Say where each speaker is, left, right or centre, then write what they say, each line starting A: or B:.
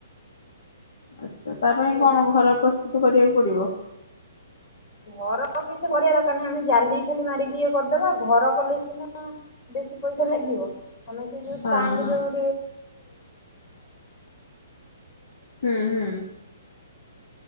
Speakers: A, on the left (about 55°); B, on the left (about 35°).
A: ଆଚ୍ଛା, ତା ପାଇଁ
B: ହେଲା
A: କ'ଣ
B: କି।
A: ଘର ପ୍ରସ୍ତୁତୁ କରିବାକୁ ପଡ଼ିବ।
B: ଘର କିଛି କରିବା ଦର୍କାର୍ ନାହିଁ, ଆମେ ଜାଲି ଖାଲି ମାରିକି ଇଏ କର୍ ଦେବା। ଘର କଲେ ସିନା ବେଶୀ ପଇସା ଲାଗିବ, ଆମେ ସେ ଯଉ
A: ହଁ
B: ଷ୍ଟାଣ୍ଡେ
A: ହଁ
B: ଯଉ <inaudible>
A: ହୁଁ ହୁଁ।